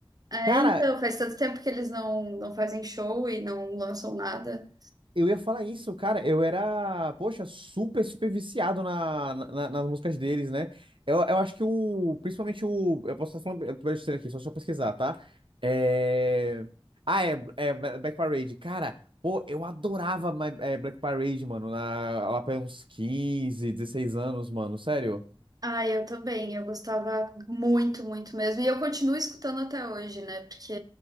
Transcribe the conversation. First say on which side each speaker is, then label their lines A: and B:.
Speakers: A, on the right; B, on the right.
A: É,
B: Cara,
A: então, faz tanto tempo que eles não, não fazem show e não lançam nada.
B: Eu ia falar isso, cara. Eu era, poxa, super, super viciado na, na- nas músicas deles, né? Eu, eu acho que o. Principalmente o. Eu posso estar falando besteira aqui, só só pesquisar, tá? É... Ah, é, é Black Parade. Cara, pô, eu adorava My- é, Black Parade, mano. Na, lá pra uns 15, 16 anos, mano. Sério.
A: Ah, eu também, eu gostava muito, muito mesmo. E eu continuo escutando até hoje, né? Porque